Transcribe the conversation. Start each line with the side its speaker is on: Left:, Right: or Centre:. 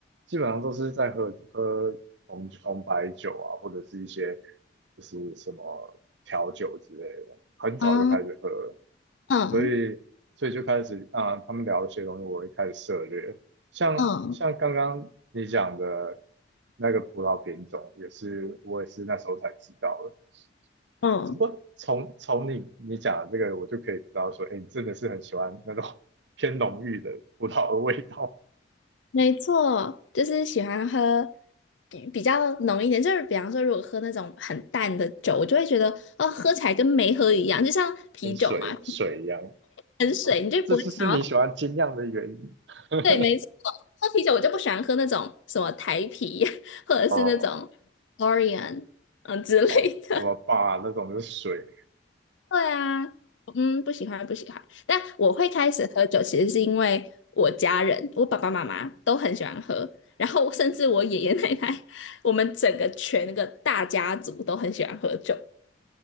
Right: 基本上都是在喝喝红红白酒啊，或者是一些就是什么调酒之类的，很早就开始喝了，
Left: 嗯嗯
Right: 所以所以就开始啊，他们聊一些东西，我会开始涉猎。像像刚刚你讲的
Left: 嗯嗯
Right: 那个葡萄品种，也是我也是那时候才知道的。
Left: 嗯。
Right: 只不过从从你你讲的这个，我就可以知道说，哎，你真的是很喜欢那种 <laughs> 偏浓郁的葡萄的味道，
Left: 没错，就是喜欢喝比比较浓一点，就是比方说，如果喝那种很淡的酒，我就会觉得哦，喝起来跟没喝一样，就像啤酒嘛，
Right: 跟水水一样。
Left: 很水，
Right: 哦，
Left: 你就不会想要。
Right: 这次是你喜欢精酿的原因。<laughs>
Left: 对，没错，喝啤酒我就不喜欢喝那种什么台啤 <laughs> 或者是那种
Right: 哦
Left: Orion 嗯之类的。
Right: 哦，什么吧那种就是水。
Left: 对啊，嗯，不喜欢不喜欢。但我会开始喝酒，其实是因为我家人，我爸爸妈妈都很喜欢喝，然后甚至我爷爷奶奶，我们整个全个大家族都很喜欢喝酒。